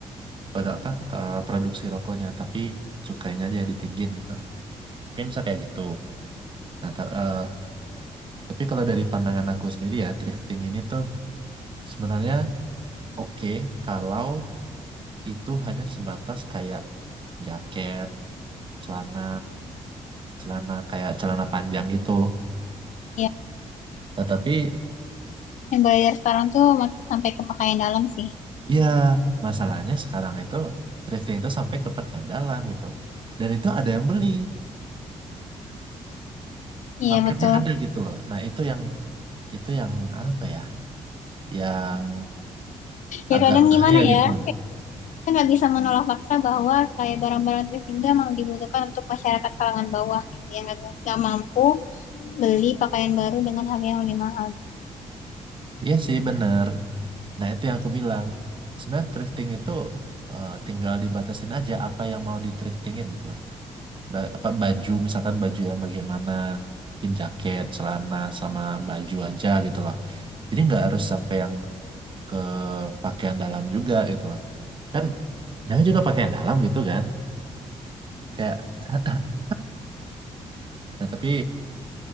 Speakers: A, on the right; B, on the left.
A: pada apa eh, produksi rokoknya tapi cukainya aja yang ditinggin gitu mungkin bisa kayak gitu nah ta- eh, tapi kalau dari pandangan aku sendiri ya thrifting ini tuh sebenarnya oke kalau itu hanya sebatas kayak jaket celana celana kayak celana panjang gitu
B: ya
A: nah tapi
B: yang bayar sekarang tuh mak- sampai ke pakaian dalam sih
A: Ya, masalahnya sekarang itu thrifting itu sampai ke bagian dalam gitu. Dan itu ada yang beli,
B: iya
A: marketnya
B: betul
A: ada gitu loh. Nah, itu yang itu yang apa ya? Yang
B: ya
A: agak
B: kadang
A: bahaya
B: gimana
A: gitu.
B: ya kita nggak bisa menolak fakta bahwa kayak barang-barang tertinggal memang dibutuhkan untuk masyarakat kalangan bawah gitu yang nggak nggak mampu beli pakaian baru dengan harga yang lebih mahal.
A: Iya sih bener. Nah, itu yang aku bilang. Sebenarnya thrifting itu eh, tinggal dibatasin aja apa yang mau di thriftingin gitu loh. Ba- apa baju misalkan baju yang bagian mana, mungkin jaket, celana sama baju aja gitu loh. Jadi nggak harus sampai yang ke pakaian dalam juga gitu loh kan namanya juga pakaian dalam gitu kan kayak <clears throat> <laughs> nah tapi